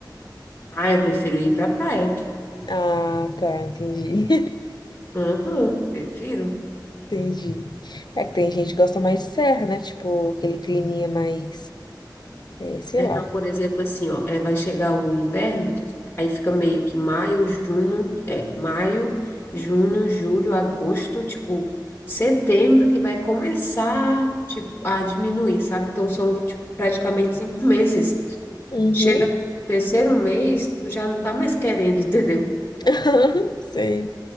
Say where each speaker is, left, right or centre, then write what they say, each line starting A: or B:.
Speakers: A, on the left; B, on the left.
A: Ah, eu prefiro ir para praia.
B: Ah, tá, entendi.
A: Aham, prefiro.
B: <laughs> Entendi. É que tem gente que gosta mais de serra, né? Tipo, aquele climinha mais, é, sei
A: É,
B: lá.
A: não, por exemplo, assim, ó, é, vai chegar o inverno, aí fica meio que maio, junho, é, maio, junho, julho, agosto, tipo, setembro que vai começar, tipo, a diminuir, sabe? Então são, tipo, praticamente cinco <laughs> meses.
B: Uhum.
A: Chega no terceiro mês, tu já não tá mais querendo, entendeu?
B: <laughs> Sei.